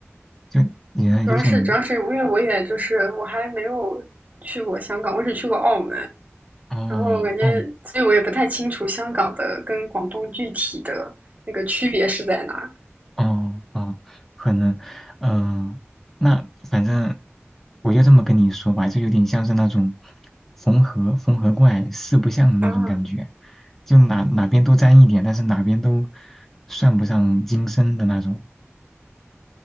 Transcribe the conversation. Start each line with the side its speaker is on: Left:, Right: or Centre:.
Centre: 就也有种
Right: 主要是主要是因为我也就是我还没有去过香港，我只去过澳门，
Centre: 哦哦。
Right: 然后我感觉，所以我也不太清楚香港的跟广东具体的那个区别是在哪儿
Centre: 哦，哦，可能，嗯、那反正我就这么跟你说吧，就有点像是那种缝合缝合怪四不像的那种感觉，
Right: 啊。
Centre: 就哪哪边都沾一点，但是哪边都算不上精深的那种。